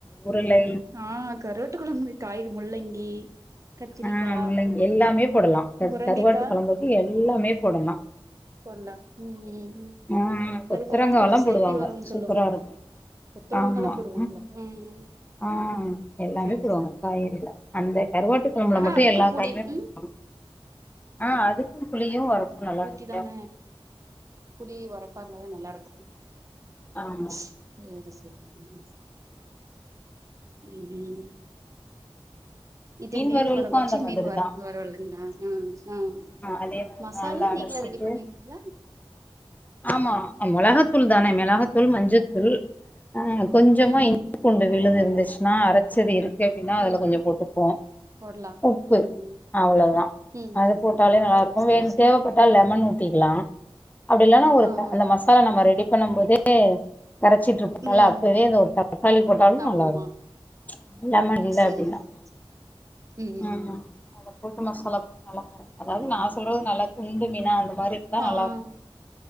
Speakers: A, on the left; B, on the right.
A: உருளை
B: ஆ கருவாட்டு கொழம்பு காய் முள்ளங்கி கத்திரிக்கா
A: ஆ முள்ளங்கி எல்லாமே போடலா க
B: முரங்கைக்கா
A: கருவாட்டு கொழம்புக்கு எல்லாமே போடலா
B: போட்லா ம் ம் ம்
A: ஆ கொத்தரங்காலா
B: அது கொழம்பு கொஞ்சோ சேத்தி
A: போடுவாங்க
B: வருன் சொல்லு
A: சூப்பரா இருக்கு
B: கொத்தவரங்காலா
A: ஆமா
B: போடுவாங்ளா ம் ம்
A: ஆ எல்லாமே
B: சேரி
A: போடுவாங்க காய்கறில அந்த கருவாட்டு கொழம்புல
B: ஆனா
A: மட்டு
B: அதுக்கு
A: எல்லா
B: புளி
A: காயுமே போடுவாங்க
B: ம்
A: ஆ அதுக்கு புளியு ஒரப்பு நல்லா இருக்
B: இதான புளி ஒரப்பா இருந்தாதா நல்லாருக்கு
A: ஆமா
B: சேரி சேரி செரி செரி ம் ஹூ இது மீன்
A: வறுவலுக்கு
B: கொழம்ப் வச்சி
A: அந்த மாதிரிதா
B: மீன் வற வறுவலுங்ளா ம் ஆ
A: அதே மாதிரிதா
B: மசால்
A: நல்லா
B: நீங்ளா
A: அலசிட்டு
B: ரெடி பண்ணிடுவீங்ளா
A: ஆமா மொளகாத்தூள் தானே மெளகத்தூள் மஞ்சத்தூள் ஆ கொஞ்சமா
B: ம்
A: இஞ்ச்
B: ம்
A: பூண் டு விழுது இருந்துச்சுன்னா அரச்சது இருக்கு அப்டின்னா அதுல
B: ம்
A: கொஞ்ச போட்டுப்போ
B: போடலா
A: உப்பு
B: ம் ம்
A: அவ்ளதா
B: ம்
A: அது போட்டாலே நல்லாருக்கு
B: சேரி
A: வேண்
B: சேரி
A: தேவப்பட்டால் லெமன் ஊ த்திக்லா அப்டி இல்லனா ஒரு
B: ஆ ஆ
A: அந்த மசாலா நம்ம ரெடி பண்ணும் போதே கரச்சிட்ருப் போல
B: ம்
A: அப்பவே இந்த ஒரு தக்காளி போட்டாலு
B: ஆமா
A: நல்லாருக்கு
B: ஆமா
A: லெமன் இல்ல
B: சேரி
A: அப்டின்னா
B: சேரி ம் ம்
A: ஆமா அத போட்டு மசாலா போட்டு நல்லா கர அதாவது
B: சேரி
A: நா சொல்றது நல்லா துண்டு மீனா அந்த மாரி இருந்தா
B: ஆ
A: நல்லா இருக்கும்
B: ம்